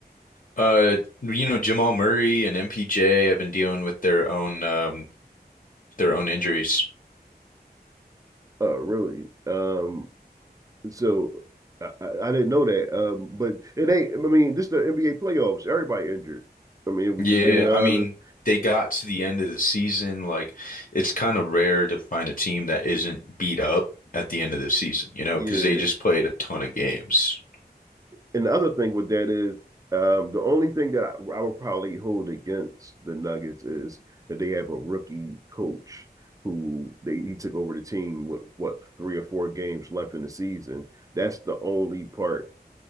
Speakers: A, on the left; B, on the right.
A: Uh, you know, Jamal Murray and MPJ have been dealing with their own um their own injuries.
B: Uh, really? Um, So I, I didn't know that. Um, but it ain't. I mean, this is the NBA playoffs. Everybody injured. I mean, if we
A: Yeah,
B: just being honest,
A: I mean, they got to the end of the season. Like, it's kind of rare to find a team that isn't beat up at the end of the season, you know,
B: yeah.
A: because they just played a ton of games.
B: And the other thing with that is, um, the only thing that I, I would probably hold against the Nuggets is that they have a rookie coach who they he took over the team with what three or four games left in the season. That's the only part